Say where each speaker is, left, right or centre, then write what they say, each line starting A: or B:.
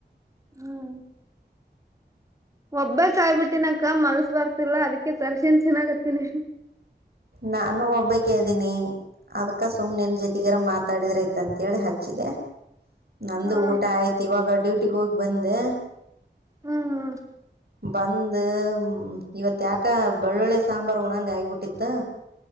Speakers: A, on the right; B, on the right.
A: ಹ್ಮ್ ಒಬ್ಬಕ್ಯಯ್ಬಿಟ್ಟಿನಕ ಮನ್ಸ್ ಬರ್ತಿಲ್ಲ ಅದಕ್ಕೆ ತರ್ಸನ್ ಚೆನ್ನಾಗತ್ತಿನಿ.
B: ನಾನು ಒಬ್ಬಕೆ ಇದೀನಿ ಅದ್ಕ ಸುಮ್ ನಿನ್ ಜೊತೆಗಾರ ಮಾತಾಡಿದ್ರಿ. ಅಂತೇಳಿ ಹಚ್ಚಿದೆ ನಂದು
A: ಹಾ
B: ಊಟ ಆಯ್ತು ಇವಾಗ ಡ್ಯೂಟಿಗೆ ಹೋಗಿ ಬಂದೆ.
A: ಹ್ಮ್ ಹ್ಮ್
B: ಬಂದ್ ಇವತ್ ಯಾಕ ಬೆಳ್ಳುಳ್ಳಿ ಸಾಂಬಾರ್ ಉಣಂಗ ಆಗಬಿಟ್ಟಿತ್ತು